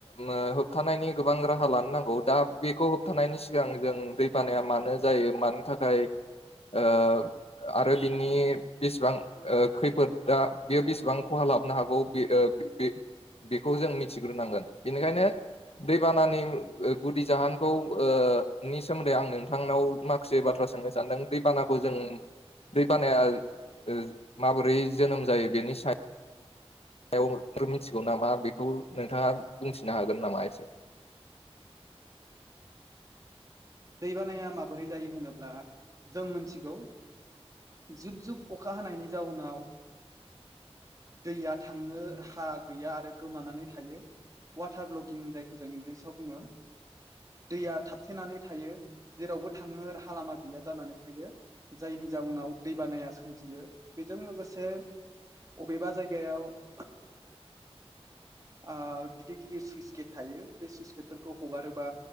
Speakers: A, on the left; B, on the right.
A: मा होबथानायनि गोबां राहा लानो नांगौ दा बेखौ होबथा नायनि सिगां जों दैबानाया मानो जायो मानि थाखाय ओ‌ आरो बिनि बेसेबां खैफोदा बेयो बेसेबां खहा लाबनो हागौ बे ओ बे बेखौ जों मिथिग्रोनांगोन बेनिखायनो दैबानानि उम‌ ओ गुदि जाहोनखौ ओ सोमोन्दै आं नोंथांनाव माखासे बाथ्रा सोंनो सानदों दैबानाखौ जों दै बानाया ओ‌ माबोरै जोनोम जायो बेनि सायाव सायाव मिथिगौ नामा बेखौ नोंथाङा बुंथिनो हागोन नामा एसे?
B: <inaudible> दैबानाया माबोरै जायो होनोब्ला जों मोनथिगौ जुब जुब अखा हानायनि जाउनाव दैया थांनो हा गैया आरो गोमानानै थायो वाटार लकिं जायखौ जों इंग्लिसाव बुङो दैया थाबथेनानै थायो जेरावबो थांनो राहालामा गैया जानानै थायो जायनि जाउनाव दै बानाया यो बेजों लोगोसे अबेबा जायगायाव <inaudible> आ गिदिर गिदिर सुइस गेट थायो बे सुइस गेटफोरखौ हगारोबा